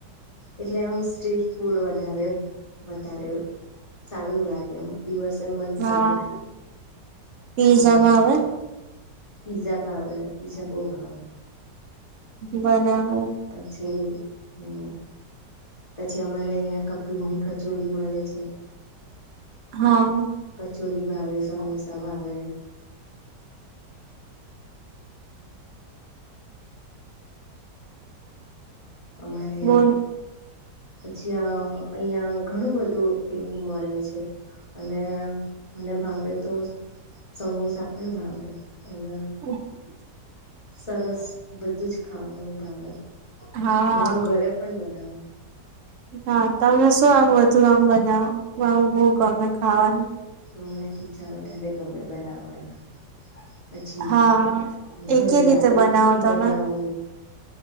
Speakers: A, on the left (about 25°); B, on the right (about 65°).
A: એટલે આમ સ્ટ્રીફ થોડું વધારે વધારે સારું લાગે અમુક દિવસે મન
B: હા
A: થઈ જાય.
B: પીઝા
A: ખાવાનું
B: ભાવે
A: પીઝા ભાવે પીઝા બ‌ઉ ભાવે.
B: બરાબર
A: પછી હમ પછી અમારે અહિયાં કપિલ ની કચોરી મળે છે.
B: હા
A: કચોરી ભાવે સમોસા ભાવે. અમારે
B: બોલ
A: પછી અ અહિયાં ઘણું બધું એવું મળે છે. અને મને ભાવે તો સમોસા પણ ભાવે અને
B: હમ <unintelligible> <inaudible>
A: સરસ બધું જ ખાવાનું ભાવે
B: હા.
A: અને હું ઘરે પણ બનાવું.
B: હા તમને શું આમ વધુ આમ બનાવુ આમ બ‌ઉ ગમે ખાવાનું.
A: મને પીઝા વધારે ગમે બનાવાના. પછી
B: હા એ
A: ઘરે
B: કે રીતે
A: આલુ
B: બનાવો
A: ટિક્કી
B: તમે
A: બનાવું.